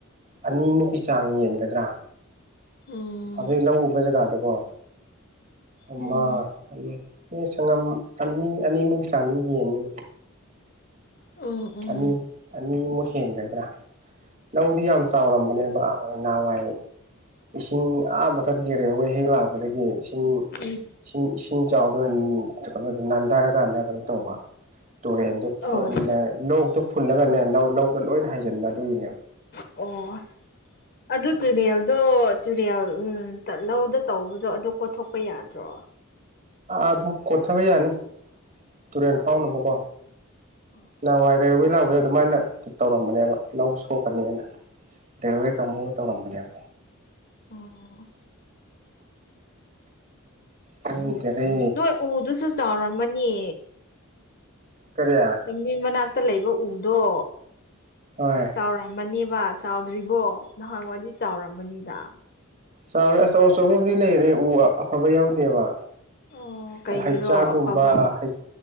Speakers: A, on the right (about 40°); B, on the left (about 50°).
A: ꯑꯅꯤꯃꯨꯛꯀꯤ ꯆꯥꯡ ꯌꯦꯟꯒꯗ꯭ꯔꯥ
B: ꯎꯝ
A: ꯍꯧꯖꯤꯛ ꯂꯧ ꯎꯕ ꯖꯒꯥꯗꯨꯀꯣ ꯑꯃ
B: ꯎꯝ
A: ꯑꯅꯤ ꯑꯦ ꯁꯪꯉꯝ ꯑꯅꯤ ꯑꯅꯤꯃꯨꯛ ꯆꯥꯡꯗꯤ ꯌꯦꯟꯅꯤ
B: ꯎꯝ ꯎꯝ
A: ꯑꯅꯤ ꯑꯅꯤꯃꯨꯛ ꯍꯦꯟꯒꯗ꯭ꯔꯥ ꯂꯧꯗꯤ ꯌꯥꯝ ꯆꯥꯎꯔꯝꯕꯅꯦꯕ ꯑꯥ ꯅꯍꯥꯟꯋꯥꯢ ꯏꯁꯤꯡ ꯑꯥ ꯑꯃꯊ ꯀꯦ ꯔꯦꯜꯋꯦ ꯍꯦꯛ ꯂꯥꯛꯄꯗꯒꯤ ꯏꯁꯤꯡ
B: ꯎꯝ
A: ꯏꯁꯤꯡ ꯏꯁꯤꯡ ꯆꯥꯎꯗꯅ ꯅꯥꯟꯗꯔꯀꯥꯟꯗ ꯀꯩꯅꯣ ꯇꯧꯕ ꯇꯨꯔꯦꯟꯗꯨ
B: ꯑꯣ
A: ꯐꯨꯜꯂ ꯂꯣꯛꯇꯣ ꯐꯨꯜꯂꯒꯅꯦ ꯂꯧ ꯂꯧꯗ ꯂꯣꯏꯅ ꯍꯥꯏꯖꯤꯟꯕ ꯑꯗꯨꯒꯤꯅꯦꯕ
B: ꯑꯣ ꯑꯗꯨ ꯇꯨꯔꯦꯜꯗꯣ ꯇꯨꯔꯦꯜ ꯎꯝ ꯇꯠ ꯂꯧꯗ ꯇꯧꯕꯗꯣ ꯑꯗꯨ ꯀꯣꯊꯣꯛꯄ ꯌꯥ ꯑꯗ꯭ꯔꯣ
A: ꯑꯗꯨꯝ ꯀꯣꯊꯕ ꯌꯥꯅꯤ ꯇꯨꯔꯦꯟ ꯐꯥꯎꯅꯕꯀꯣ
B: ꯑꯣ ꯑꯣ
A: ꯅꯍꯥꯟꯋꯥꯢ ꯔꯦꯜꯋꯦ ꯂꯥꯛꯄꯗ ꯑꯗꯨꯃꯥꯢꯅ ꯇꯧꯔꯝꯕꯅꯦꯕ ꯂꯧ ꯁꯣꯛꯀꯅꯤꯅ ꯔꯦꯜꯋꯦ ꯀꯥꯡꯕꯨꯅ ꯇꯧꯔꯝꯕꯅꯦꯕ
B: ꯎꯝ
A: ꯈꯪꯗꯔꯦ
B: ꯈꯪꯗꯦ ꯅꯣꯢ ꯎꯗꯨꯁꯨ ꯆꯥꯎꯔꯝꯃꯅꯤ
A: ꯀꯔꯤ
B: ꯍꯩꯕꯤ ꯃꯅꯥꯛꯇ ꯂꯩꯕ ꯎꯗꯣ
A: ꯍꯣꯢ
B: ꯆꯥꯎꯔꯝꯃꯅꯤꯕ ꯆꯥꯎꯗ꯭ꯔꯤꯕꯣ ꯅꯍꯥꯟꯋꯥꯏꯗꯤ ꯆꯥꯎꯔꯝꯃꯅꯤꯗ
A: ꯆꯥꯎꯔꯦ ꯑꯆꯧ ꯑꯆꯧꯕꯗꯤ ꯂꯩꯔꯦ ꯎ ꯋꯥ ꯑꯐꯕ ꯌꯥꯎꯗꯦꯕ
B: ꯑꯣ ꯀꯩꯒꯤꯔꯣ
A: ꯍꯩꯆꯥꯥꯛꯒꯨꯝꯕ
B: ꯑꯐꯕ
A: ꯍꯩ